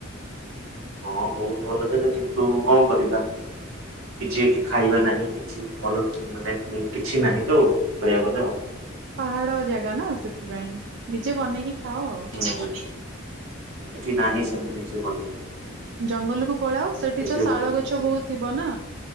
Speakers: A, on the right; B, on the right.
A: ହଁ ବହୁତ ଭଲ ଜାଗା କିନ୍ତୁ କଣ କରିବା। କିଛି ଏଠି ଖାଇବା ନାହିଁ କିଛି ଭଲ ମାନେ କିଛି ନାହିଁ ତ କହିବା ଗଲେ ଆଉ।
B: ପାହାଡ ଜାଗା ନା ସେଥିପାଇଁ ନିଜେ ବନେଇକି ଖାଅ।
A: ହୁଁ ଏଠି ନାହିଁ ସେମତି ନିଜେ ବନେଇ ପାଇଁ।
B: ଜଙ୍ଗଲକୁୁ ପଳାଉ ସେଠି
A: ନିଜେ
B: ତ ଶାଳ
A: ବନେଇଥିଲେ
B: ଗଛ ବହୁତ ଥିବ ନା।